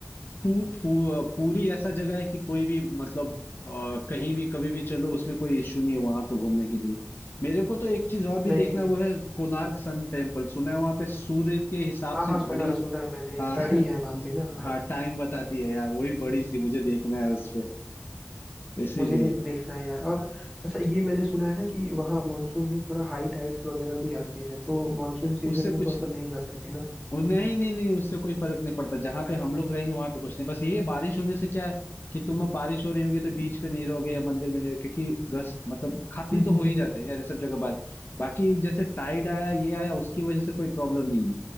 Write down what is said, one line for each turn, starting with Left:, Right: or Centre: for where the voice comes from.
Left: पू, पू, पूरी ऐसा जगह है कि कोई भी मतलब अ, कहीं भी कभी भी चलो उसमें कोई इश्यू नहीं है वहां पे घूमने के लिए मेरे को तो एक चीज और भी
Centre: नहीं
Left: देखना है वो है कोणार्क सन टेम्पल सुना है वहां पे सूर्य के हिसाब
Centre: हाँ
Left: से
Centre: हाँ
Left: घड़ी
Centre: सुना है सुना है मैंने
Left: हाँ
Centre: घड़ी
Left: <laughs>
Centre: है वहाँ पे ना हाँ
Left: हाँ टाइम बताती है यार वही बड़ी सी मुझे देखना है उसपे इसीलिए
Centre: मुझे भी देखना है यार और अच्छा ये मैंने सुना है ना कि वहाँ मानसून में थोड़ा हाई टाइड्स वगैरह भी आते हैं तो मानसून सीजन
Left: उससे
Centre: में तो
Left: कुछ
Centre: अपन नहीं जा सकते ना
Left: वो नहीं नहीं नहीं उससे कोई फर्क नहीं पड़ता जहां पे हम लोग रहेंगे वहां पे कुछ नहीं बस ये है, बारिश होने से क्या है कि तुम अब बारिश हो रही होगी तो बीच पे नहीं रहोगे या मंदिर में नहीं रहोगे क्योंकि रस मतलब खाली
Centre: हम्म
Left: तो
Centre: हम्म
Left: हो ही
Centre: हम्म
Left: जाते
Centre: हम्म।
Left: हैं यार ये सब जगह बाल बाकी जैसे टाइड आया ये आया उसकी वजह से कोई प्रॉब्लम नहीं है